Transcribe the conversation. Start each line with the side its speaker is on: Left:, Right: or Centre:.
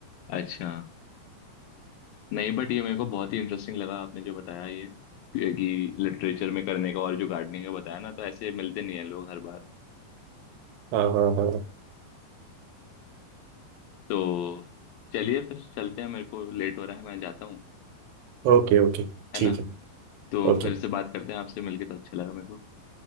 Left: अच्छा नहीं बट ये मेरे को बहुत ही इंटरेस्टिंग लगा आपने जो बताया ये कि लिटरेचर में करने का और जो गार्डनिंग का बताया ना तो ऐसे मिलते नहीं है लोग हर बार
Right: हाँ हाँ हाँ
Left: तो चलिए फिर चलते हैं मेरे को लेट हो रहा है मैं जाता हूँ
Right: Okay okay
Left: है
Right: ठीक
Left: ना
Right: है
Left: तो
Right: ओके
Left: फिर से बात करते हैं आपसे मिलके तो अच्छा लगा मेरे को